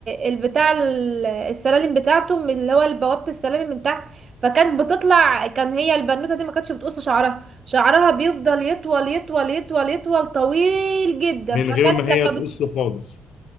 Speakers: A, on the right; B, on the left.
A: البتاع ال- السلالم بتاعته من اللي هو بوابة السلالم من تحت فكانت بتطلع كان هي البنوتة دي ما كانتش بتقص شعرها شعرها بيفضل يطول يطول يطول يطول طويل جدا
B: من
A: فكانت
B: غير ما هي
A: لما
B: تقص
A: بت...
B: خالص